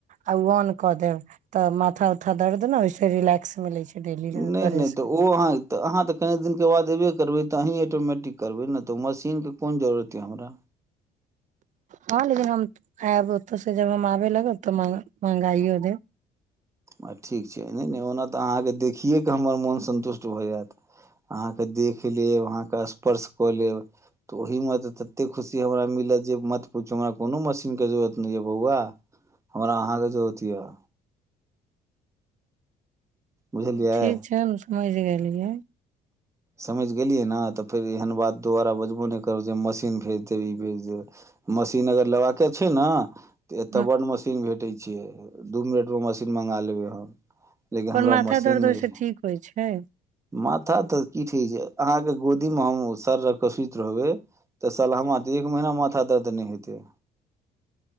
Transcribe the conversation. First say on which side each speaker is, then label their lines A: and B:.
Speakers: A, on the right; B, on the right.
A: आ ओ ऑन क देब तऽ माथा उथा दर्द दे ने ओहिस रिलैक्स मिलै छै डेली करे
B: नहि नहि
A: से
B: तऽ ओ अहाँ अहाँ तऽ कनि दििन के बाद अबे करबै तऽ अहीं ऑटोमटिक करबै ने तऽ मशीन के कोन जरत यऽ हमरा
A: हँ लेकिन हम आयब ओतयसँ जब हम आबय लगब ओ तऽ मँगाइयओ देब
B: आ ठीक छै नहि ने ओना तऽ अहाँकेँ देखिए कऽ हमर मोन सन्तुष्ट भऽ जायत अहाँकेँ देख लेब अहाँके स्पर्श कऽ लेब तऽ ओहीमे तऽ ततेक खुशी हमरा मिलत जे मत पुछू हमरा कोनो मशीनके जरूरत नहि यए बौआ हमरा अहाँके जरूरत यए बुझलियै
A: ठीक छै हम समझ गेलियै
B: समझ गेलियै ने तऽ फेर एहन बात दोबारा बजबो नहि करब जे मशीन भेज देब ई भेज देब मशीन अगर लेबाके छै ने एतय
A: हँ,
B: बड मशीन भेट छै छिय दू मिनट मे मशीन मंगा लेबै हम लेकिन
A: पर
B: हमरा
A: माथा
B: मशीन
A: दर्द
B: नहि
A: ओहिसँ
B: छै
A: ठीक होइत छै
B: माथा दर्द की ठ छै अहाँके गोदीमे हम सर रकसित रहबै तऽ सरहा तऽ एक महीना माथा दर्द नहि हेतै